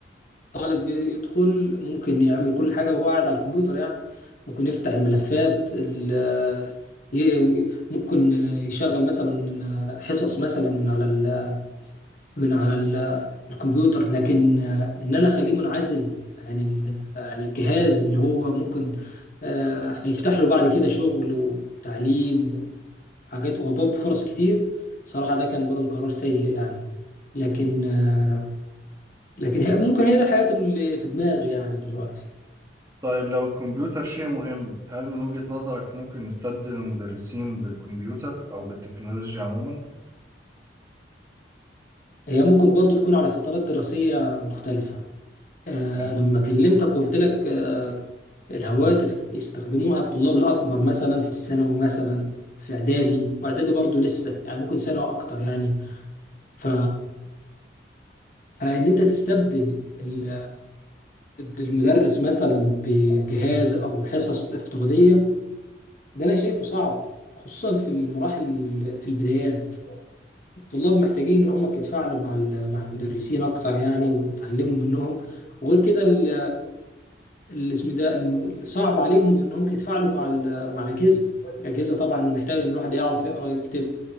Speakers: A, on the left; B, on the right.
A: طالب ي- يدخل ممكن يعمل كل حاجة وهو قاعد على الكمبيوتر يعني ممكن يفتح الملفات ال- ي- ممكن يشغل مثلا حصص مثلا من على ال من على ال الكمبيوتر لكن ان انا اخليه منعزل عن ال- عن الجهاز اللي هو ممكن آه، هيفتح له بعد كده شغل وتعليم وحاجات وهباب فرص كتير صراحة ده كان برضو قرار سيء يعني لكن آه، لكن هي ممكن هي دي الحياة اللي في دماغي يعني دلوقتي
B: طيب لو الكمبيوتر شيء مهم هل من وجهة نظرك ممكن نستبدل المدرسين بالكمبيوتر أو بالتكنولوجيا عموما؟
A: هي ممكن برضو تكون على فترات دراسية مختلفة آه
B: لا.
A: لما كلمتك وقلت لك آه الهواتف يستخدموها الطلاب الأكبر مثلا في الثانوي مثلا في إعدادي وإعدادي برضو لسه يعني ممكن سنة وأكتر يعني ف... فإن أنت تستبدل ال... المدرس مثلا بجهاز أو حصص افتراضية ده أنا شايفه صعب خصوصا في المراحل في البدايات الطلاب محتاجين ان هم يتفاعلوا مع ال- مع المدرسين اكتر يعني ويتعلموا منهم وغير كده ال- الاسم ده الم- صعب عليهم ان هم يتفاعلوا مع ال- مع الاجهزه الاجهزه طبعا محتاجه ان الواحد يعرف يقرا يكتب